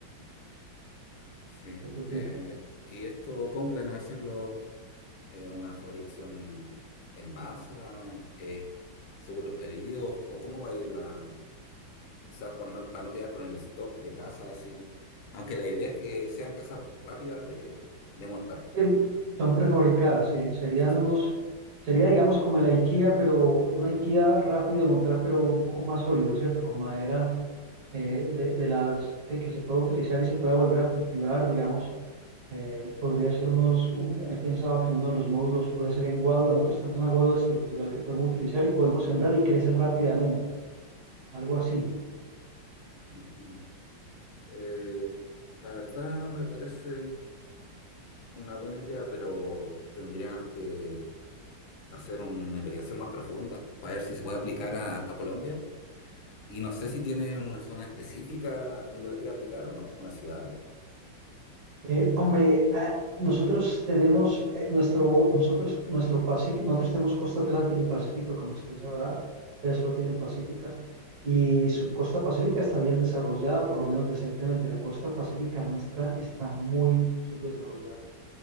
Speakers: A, on the left; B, on the right.
A: Sí,
B: qué opina?
A: eh, y esto compran a hacerlo eh, una fabricación en masa, eh, según los pedidos, o cómo va a ir la, quizás por no, para no quedar con el stock de casas así, aunque la idea es que sean casas rápidas de, de montar.
B: Eh, Son prefabricadas, sí. Serían
A: Sí, sí.
B: unos, sería digamos como el IKEA, pero una IKEA rápido de montar, pero un poco más sólido, ¿cierto? Con madera eh, de, de las que, que se pueda utilizar y se pueda volver a cultivar, digamos. Eh, podría ser unos, un- he pensado que uno de los módulos puede ser en guadua. Nosotros tenemos una guadua estructural que podemos utilizar y podemos sembrar y crece rápidamente, algo así.
A: Ujú. Eh, la verdad me parece una buena idea, pero tendríamos que hacer una investigación más profunda para ver si se puede aplicar
B: Sí,
A: a
B: claro,
A: a Colombia Y no sé si tiene una zona específica donde le quiere aplicar o no, una ciudad.
B: Eh, hombre, ah, nosotros tenemos eh, nuestro, nosotros, nuestro Pacífico, nosotros tenemos costa atlántica y pacífico, como usted sabrá, ustedes lo tienen pacífica, y su costa pacífica está bien desarrollada, por lo menos decentemente. La costa pacífica nuestra está muy subdesarrollada.